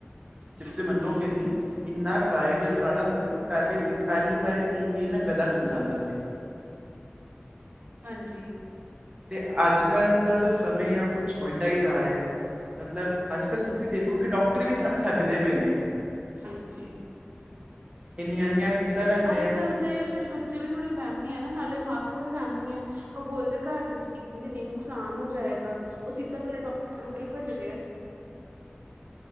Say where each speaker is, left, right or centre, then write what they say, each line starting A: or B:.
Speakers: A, on the right; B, on the right.
A: <unintelligible>
B: ਹਾਂਜੀ
A: ਮੰਨੋਗੇ ਨੀ, ਇੰਨਾ ਕਾਰੀਗਰ ਕਾੜਾ ਹੁੰਦਾ ਸੀ ਪਹਿਲੇ ਦੀ ਪੇਲੀ ਵਾਰੀ ਪੀ ਕੇ ਈ ਨਾ ਗਲਾ ਖੁੱਲ ਜਾਂਦਾ ਸੀ।
B: ਹਾਂਜੀ।
A: ਤੇ ਅੱਜ ਕਲ ਦਾ ਜੋ ਸਮੇਂ ਆ ਕੁਛ ਉਲਟਾ ਈ ਜਾ ਰਿਆ। ਮਤਲਬ ਅੱਜ ਕੱਲ੍ਹ ਤੁਸੀਂ ਦੇਖੋ ਕਿ ਡਾਕਟਰ ਵੀ ਠ ਠੱਗਦੇ ਪਏ ਨੇ।
B: ਹਾਂਜੀ,
A: ਇੰਨੀਆਂ ਇੰਨੀਆਂ ਫੀਸਾਂ ਲੈਂਦੇ
B: ਅੱਜ
A: ਆ
B: ਕਲ ਦੇ ਫੇਰ ਬੱ ਚੇ ਵੀ ਥੋੜੇ ਵੇਮੀ ਆ ਨਾ ਨਾਲੇ ਮਾਂ ਪਿਓ ਵੀ ਵੇਮੀ ਐ। ਓਹ ਬੋਲਦੇ ਘਾਰ ਦੀ ਚੀਜ਼ ਨੀ ਨੀ ਨੁਕਸਾਨ ਹੋ ਜਾਏਗਾ। ਓਹ ਸਿੱਧਾ ਪੇਲੇ ਡਾਕਟਰ ਕੋਲ ਈ ਭੱਜਦੇ ਐ।